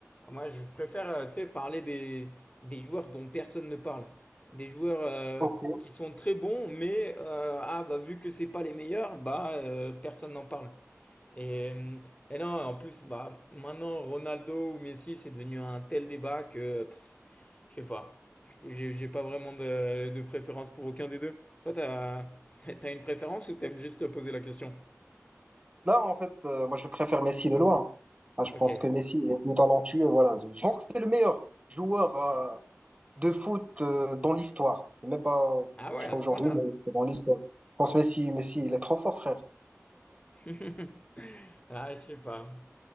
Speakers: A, on the left; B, on the right.
A: moi, je préfère euh, tu sais, parler des, des joueurs dont personne ne parle, des joueurs euh,
B: ok.
A: qui sont très bons, mais euh, ah, bah, vu que c'est pas les meilleurs, bah, euh, personne n'en parle. Et, et non, en plus, bah, maintenant, Ronaldo ou Messi, c'est devenu un tel débat que pff, je sais pas. J'ai j'ai pas vraiment de, de préférence pour aucun des deux. Toi, t'as, <laughs> t'as une préférence ou t'aimes juste te poser la question?
B: Là, en fait, euh, moi, je préfère Messi de loin. Enfin, je
A: Ok.
B: pense que Messi, il est plus talentueux. Voilà. Je je pense que c'est le meilleur joueur euh, de foot euh, dans l'histoire. C'est même pas
A: Ah
B: jusqu'à
A: ouais, à ce
B: aujourd'hui,
A: point-là.
B: mais c'est dans l'histoire. Je pense que Messi, Messi, il est trop fort, frère.
A: <laughs> Ah, je sais pas.